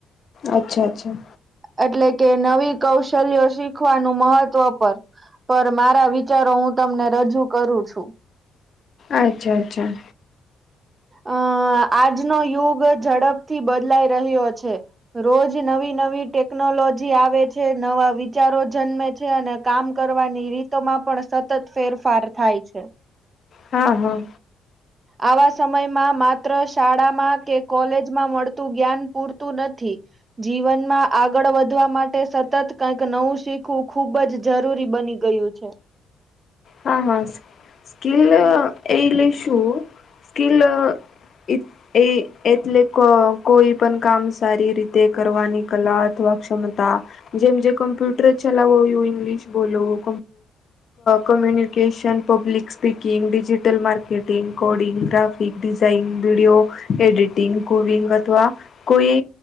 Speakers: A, on the left (about 50°); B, on the right (about 30°).
A: અચ્છા અચ્છા
B: એટલે કે નવી કૌશલ્યો શીખવાનું મહત્વ પર પર મારા વિચારો હું તમને રજૂ કરું છું.
A: અચ્છા અચ્છા
B: અમ આજનો યુગ ઝડપથી બદલાઈ રહ્યો છે. રોજ નવી નવી ટેકનોલોજી આવે છે, નવા વિચારો જન્મે છે અને કામ કરવાની રીતોમાં પણ સતત ફેરફાર થાય છે.
A: હા હા
B: આવા સમયમાં માત્ર શાળામાં કે કોલેજમાં મળતું જ્ઞાન પૂરતું નથી જીવનમાં આગળ વધવા માટે સતત કઈક નવું શીખવું ખુબ જ જરૂરી બની ગયું છે.
A: હા હા સ્કીલ એ લઈ શું સ્કીલ? એ. એ એટલે કોઈ પણ કામ સારી રીતે કરવાની કલા અથવા ક્ષમતા. જેમજ જે કમ્પ્યુટર ચલાવું ઇંગ્લિશ બોલવું કમ્યુનિકેશન ન <unintelligible> public speaking, digital marketing, coding graphic design, video editing coding અથવા કોઈ